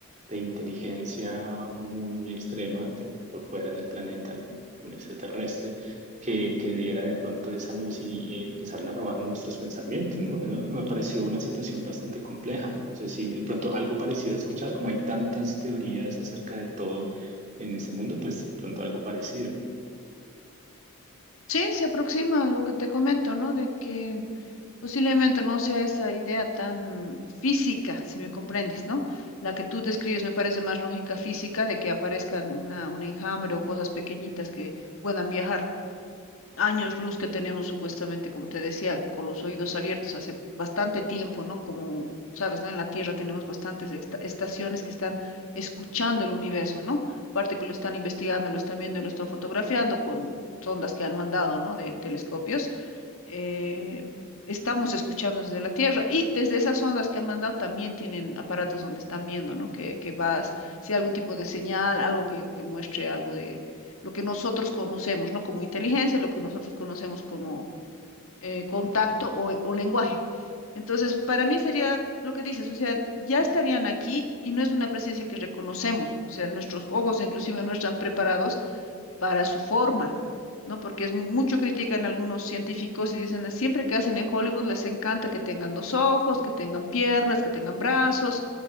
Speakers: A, on the right; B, on the left.
A: de inteligencia muy, muy extrema de- por fuera del planeta, algún- un extraterrestre, que, que diera de pronto esa luz y, y empezaran a robar nuestros pensamientos, ¿no? ¿No? Me pareció una situación bastante compleja. No sé si de pronto algo parecido he escuchado, como hay tantas teorías acerca de todo en ese mundo, pues de pronto algo parecido.
B: Sí, se aproxima a lo que te comento, ¿no? De que Posiblemente no sea esa idea tan física, si me comprendes, ¿no? La que tú describes me parece más lógica física de que aparezcan una, un enjambre o cosas pequeñitas que puedan viajar. Años luz que tenemos supuestamente, como te decía, con los oídos abiertos hace bastante tiempo, ¿no? Como sabes, ¿no? En la Tierra tenemos bastantes esta- estaciones que están escuchando el universo, ¿no? Aparte que lo están investigando, lo están viendo y lo están fotografiando con sondas que han mandado, ¿no? De telescopios eh, estamos escuchando desde la Tierra. Y desde esas ondas que han mandado también tienen aparatos donde están viendo, ¿no? Que, que vas, si hay algún tipo de señal, algo que, que muestre algo de lo que nosotros conocemos, ¿no? Como inteligencia, lo que nosotros conocemos como eh, contacto o, o lenguaje. Entonces, para mí sería lo que dices, o sea, ya estarían aquí y no es una presencia que reconocemos, o sea, nuestros ojos inclusive no están preparados para su forma, ¿no? Porque es mucho critican algunos científicos y dicen, siempre que hacen en Hollywood les encanta que tengan dos ojos, que tengan piernas, que tengan brazos,